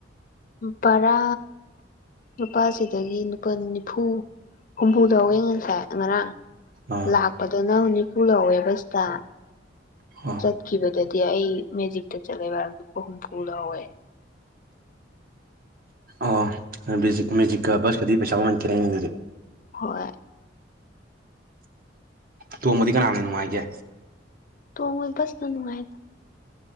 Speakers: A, on the left; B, on the right.
A: ꯄꯔꯥ ꯅꯨꯄꯥꯁꯤꯗꯒꯤ ꯅꯨꯄꯥꯜ ꯅꯤꯐꯨ ꯍꯨꯝꯐꯨꯗꯥꯎ ꯌꯦꯡꯉꯟꯁꯦ ꯉꯔꯥꯡ
B: ꯑꯥ
A: ꯂꯥꯛꯄꯗꯅ ꯅꯤꯐꯨ ꯂꯧꯋꯦ ꯕꯁꯇ
B: ꯑꯣ
A: ꯆꯠꯈꯤꯕꯗꯗꯤ ꯑꯩ ꯃꯦꯖꯤꯛꯇ ꯆꯠꯂꯦꯕ ꯍꯥꯏꯗꯨ ꯍꯨꯝꯐꯨ ꯂꯧꯍꯧꯋꯦ
B: ꯑꯣꯦꯖꯤꯛ ꯃꯦꯖꯤꯛꯀ ꯕꯁꯀꯗꯤ ꯄꯩꯁꯥ ꯃꯃꯟꯈꯤꯦꯔꯦ ꯑꯩꯗꯨꯗꯤ
A: ꯍꯣꯏ
B: ꯇꯣꯡꯃꯗꯤ ꯀꯅꯥꯅꯦ ꯅꯨꯡꯉꯥꯏꯒꯦ
A: ꯣꯏꯁꯅꯅꯨꯡꯉꯥꯏꯗ